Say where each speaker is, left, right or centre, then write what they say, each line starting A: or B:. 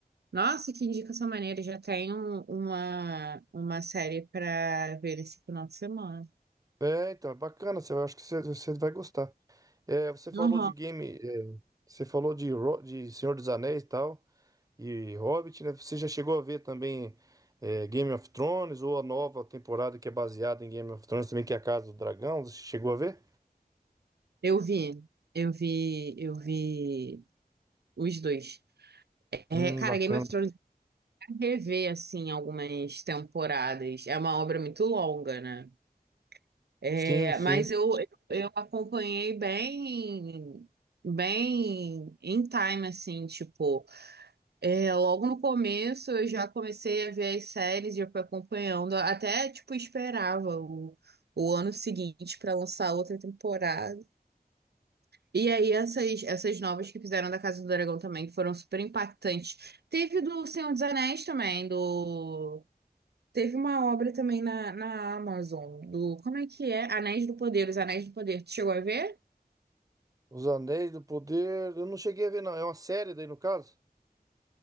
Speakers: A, on the right (about 80°); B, on the right (about 20°).
A: Nossa, que indicação maneira. Já tem um- uma, uma série para ver esse final de semana.
B: É, então, é bacana. Você, eu acho que você, você vai gostar. É, você falou
A: Aham.
B: de game, é, você falou de, Ro- de Senhor dos Anéis e tal. E Hobbit, né? Você já chegou a ver também eh, Game of Thrones ou a nova temporada que é baseada em Game of Thrones também, que é a Casa do Dragão? Você chegou a ver?
A: Eu vi. Eu vi. Eu vi os dois. É,
B: Hum,
A: cara,
B: bacana.
A: Game of Thrones. rever assim algumas temporadas. É uma obra muito longa, né? É,
B: Sim, sim.
A: mas eu, eu acompanhei bem bem em time assim, tipo, é, logo no começo eu já comecei a ver as séries e eu fui acompanhando, até tipo esperava o, o ano seguinte para lançar outra temporada. E aí essas essas novas que fizeram da Casa do Dragão também que foram super impactantes. Teve do Senhor dos Anéis também, do Teve uma obra também na, na Amazon, do. Como é que é? Anéis do Poder, Os Anéis do Poder. Tu chegou a ver?
B: Os Anéis do Poder, eu não cheguei a ver, não. É uma série daí, no caso?